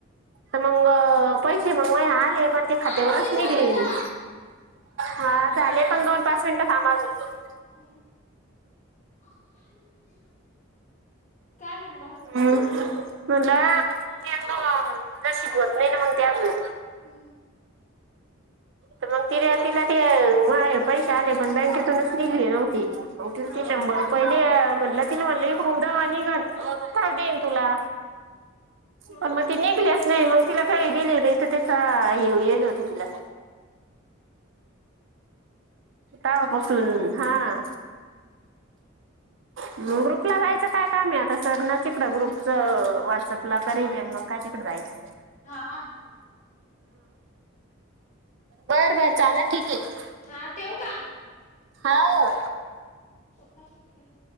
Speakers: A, on the right (about 65°); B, on the left (about 35°).
A: तर मग पैसे मग माझे आले पण ते खात्यावरच
B: आंटी
A: निघले
B: झालं
A: नाही.
B: तर
A: हां झाले पण दोन पाच मिनिटं <unintelligible>
B: हम्म. <inaudible> <unintelligible>
A: हम्म म्हटलं मग <unintelligible> शिकवत नाही ना ते अजून.
B: हम्म.
A: तर मग तिला ते पैसे आले पण बँकेतूनच निघले नव्हते. होतील
B: हा
A: ते शंभर पहिले म्हणलं तिला म्हणलं जवा निघल. <unintelligible> तर देईन तुला
B: हम
A: पण मग ते निघालेच नाही मग तिला काय दिले नाही तर त्याचा <unintelligible> तिला. तवापासून हां. मग ग्रुपला जायचं काय काम आहे आता सरना तिकडं ग्रुपच व्हॉट्सअपला <unintelligible> मग काय तिकडं जायचं.
B: हां.
A: बर बर चालेल ठीक आहे.
B: हां ठेऊ का?
A: हो.
B: पप्पा आले का काय?